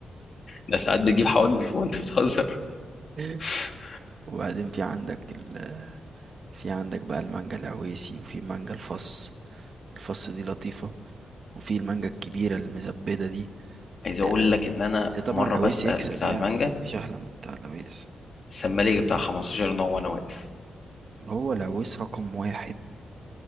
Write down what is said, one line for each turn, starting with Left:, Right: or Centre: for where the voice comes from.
Left: ده ساعات بتجيب حواجبي فوق وانت بتهزر <laughs>
Right: <laughs> وبعدين في عندك ال... في عندك بقى المانجا العويسي وفي مانجا الفص الفص دي لطيفة وفي المانجا الكبيرة المزبدة دي
Left: عايز اقول
Right: آه،
Left: لك ان انا
Right: بس
Left: في
Right: طبعا
Left: مره
Right: العويس
Left: بسال
Right: يكسب
Left: بتاع
Right: يعني
Left: المانجا
Right: مفيش أحلى من بتاع العويس
Left: السمالي بتاع 15 نوع وانا واقف
Right: هو العويس رقم واحد